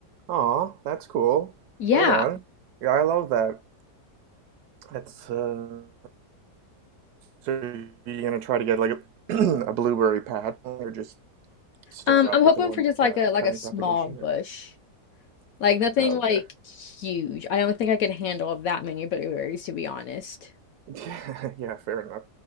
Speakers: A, on the right (about 75°); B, on the left (about 70°).
A: Aw, that's cool.
B: Yeah.
A: Right on. Yeah, I love that. That's uh, so you're gonna try to get like a, <clears throat> a blueberry patch or just start
B: Um,
A: off
B: I'm hoping
A: with the one
B: for just like
A: uh,
B: a like
A: cutting
B: a small
A: propagation
B: bush.
A: or
B: Like nothing
A: oh,
B: like
A: okay
B: huge. I don't think I could handle that many blueberries to be honest.
A: <laughs> yeah fair enough